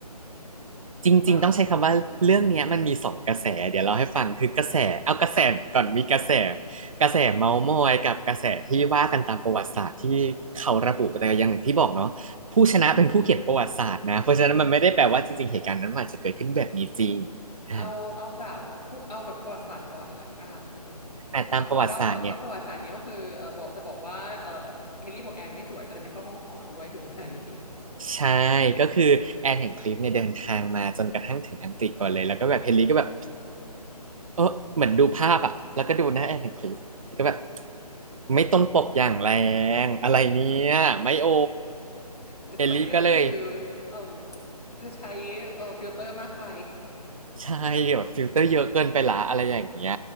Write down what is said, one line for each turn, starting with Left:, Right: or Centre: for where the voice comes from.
Left: จริงหรือเปล่าอ่ะ
Right: จริงๆต้องใช้คำว่าเรื่องเนี้ยมันมีสองกระแสเดี๋ยวเราให้ฟังคือกระแสเอากระแสไหนก่อนมีกระแสกระแสเมาท์มอยกับกระแสที่ว่ากันตามประวัติศาสตร์ที่เขาระบุแต่อย่างที่บอกเนาะผู้ชนะเป็นผู้เขียนประวัติศาสตร์นะเพราะฉะนั้นมันไม่ได้แปลว่าจริงๆเหตุการณ์นั้นมันอาจจะเกิดขึ้นแบบนี้จริงอ่า
Left: เอาเอาแบบเอาแบบประวัติศาสตร์ก่อนละกัน
Right: แต่ตามประวัติศาสตร์เนี่ย
Left: ขอขอเดาก่อนว่าประวัติศาสตร์นี้ก็คือเออบอกจะบอกว่าเออเฮนรี่โบแอนไม่สวยก็เลยไม่เข้าห้องหอด้วยถูกไหม <laughs>
Right: ใช่ก็คือแอนแห่งคลิปเนี่ยเดินทางมาจนกระทั่งถึงอังกฤษก่อนเลยแล้วก็แบบเฮนรี่ก็แบบ เออเหมือนดูภาพอ่ะแล้วก็ดูหน้าแอนแห่งคลิปก็แบบไม่ต้องปบอย่างแรงอะไรเนี่ยไม่โอ
Left: ในสมัยนี้ก็คือ
Right: เอลลี่ก็เลย
Left: เออเธอใช้เออฟิลเตอร์มากไป
Right: ใช่แบบฟิลเตอร์เยอะเกินไปละอะไรอย่างเงี้ย